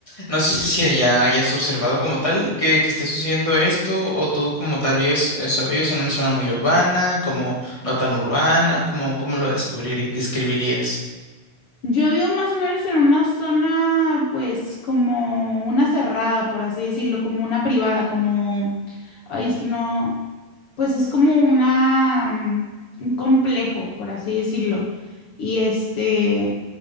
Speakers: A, on the left; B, on the left.
A: No sé si ya hayas observado como tal que, que esté sucediendo esto, o tú como tal vives, o sea, vives en una zona muy urbana, como no tan urbana, como, ¿cómo cómo lo descubrir, describirías?
B: Yo vivo más o menos en una zona, pues, como una cerrada, por así decirlo, como una privada, como, ay, es que no, pues es como una, mm, un complejo, por así decirlo. Y este,